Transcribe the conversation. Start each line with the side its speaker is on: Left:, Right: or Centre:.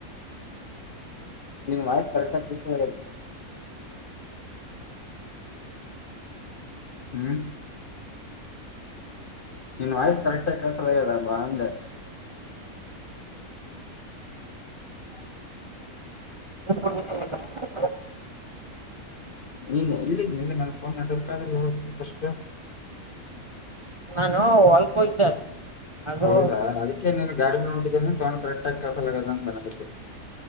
Left: ನಿನ್ ವಯಸ್ಸ್ ಕರೆಕ್ಟ್ ಆಗಿ ಕಸ ಮ ಹ್ಮ್ ನಿನ್ ವಾಯ್ಸ್ ಕರೆಕ್ಟ್ ಕಳ್ಸಲಗ್ಯದ ಬ ಅಂದೆ. ಹ <inaudible>
Right: <unintelligible>
Left: ನೀನ್ ಎಲ್ಲಿದ್ದೀನಿ ಅಂದ್ರೆ ನಾನನ್ ಫೋನ್ ನಬೇಕಬೇಕಾದ್ರ ಸ್ವಲ್ಪ ಫಸ್ಟ್.
Right: ನಾನು ಹೊಲ್ಕ್ ಹೋಗಿದ್ದೆ. ಅದು
Left: ಹೌದಾ ಅದಕ್ಕೆನನು ಗಾಡಿ ಸ ಪ ಸೌಂಡ್ ಕರೆಕ್ಟ್ ಆಗಿ ಕೆಲಸಕ್